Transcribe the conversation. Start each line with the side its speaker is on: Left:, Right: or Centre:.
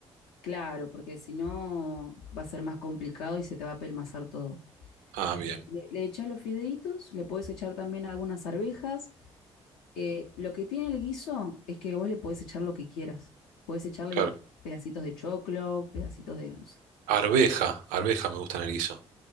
Left: Claro, porque si no va a ser más complicado y se te va a pelmazar todo.
Right: Ah, bien,
Left: Le, le echás los fideitos, le podés echar también algunas arvejas. Eh, lo que tiene el guiso es que vos le podés echar lo que quieras. Podés echarle
Right: claro.
Left: pedacitos de choclo, pedacitos de, no sé.
Right: Arveja, arveja me gusta en el guiso.